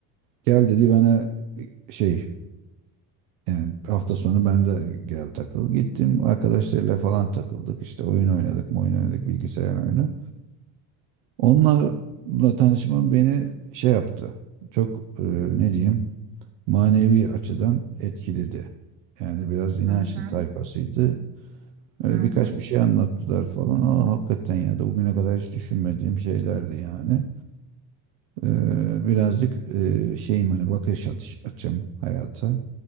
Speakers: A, on the right; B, on the right.
A: Gel dedi bana şey yani hafta sonu ben de gel takıl. Gittim arkadaşlarıyla falan takıldık. İşte oyun oynadık, oyun oynadık bilgisayar oyunu. Onlarla tanışmam beni şey yaptı. Çok eee, ne diyeyim manevi açıdan etkiledi. Yani biraz inançlı
B: hı hı,
A: tayfasıydı. Öyle
B: hı hı,
A: birkaç bir şey anlattılar falan. Aa, hakikaten ya da o güne kadar hiç düşünmediğim şeylerdi yani. Ee, birazcık e, şeyim hani bakış atış, açım hayata